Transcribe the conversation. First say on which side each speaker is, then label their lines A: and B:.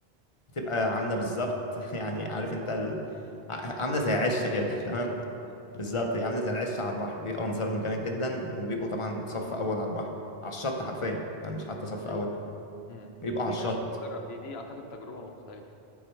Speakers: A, on the left (about 40°); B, on the left (about 80°).
A: بتبقى
B: اه
A: عامله
B: اه
A: بالظبط <laughs> يعني عارف انت ال... ع- عامله زي عشه
B: العيش
A: كده
B: الشمال
A: <laughs> تمام
B: اه
A: بالظبط
B: امم
A: هي عامله زي العشه على البحر بيبقى منظرهم جامد جدا وبيبقوا طبعا صف اول على البحر على الشط حرفيا يعني مش حتى صف
B: ايوه
A: اول
B: أيوة. امم
A: بيبقوا
B: دي
A: على الشط
B: ماشي تجرب دي دي اعتقد تجربة مختلفة